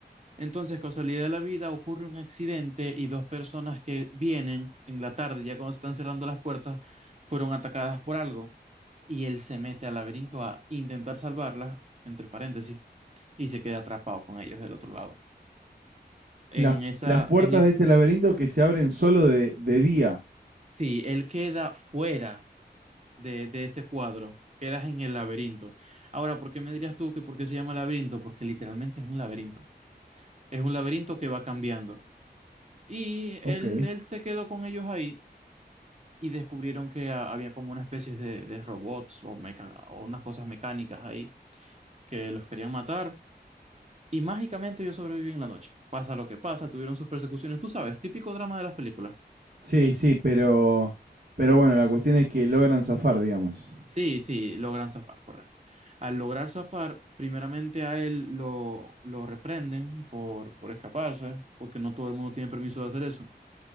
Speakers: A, on the right; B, on the right.
A: Entonces, casualidad de la vida, ocurre un accidente y dos personas que vienen en la tarde, ya cuando se están cerrando las puertas, fueron atacadas por algo. Y él se mete al laberinto a intentar salvarlas, entre paréntesis, y se queda atrapado con ellos del otro lado. En
B: Las,
A: esa,
B: las puertas
A: en esa,
B: de este laberinto que se abren solo de, de día.
A: sí, él queda fuera de, de ese cuadro, quedas en el laberinto. Ahora, ¿por qué me dirías tú que por qué se llama laberinto? Porque literalmente es un laberinto. Es un laberinto que va cambiando. Y
B: Ok.
A: él, él se quedó con ellos ahí y descubrieron que ha- había como una especie de, de robots o, meca- o unas cosas mecánicas ahí que los querían matar. Y mágicamente ellos sobreviven la noche. Pasa lo que pasa, tuvieron sus persecuciones, tú sabes, típico drama de las películas.
B: Sí, sí, pero, pero bueno, la cuestión es que logran zafar, digamos.
A: Sí, sí, logran zafar, correcto. Al lograr zafar, primeramente a él lo, lo reprenden por, por escaparse, porque no todo el mundo tiene permiso de hacer eso,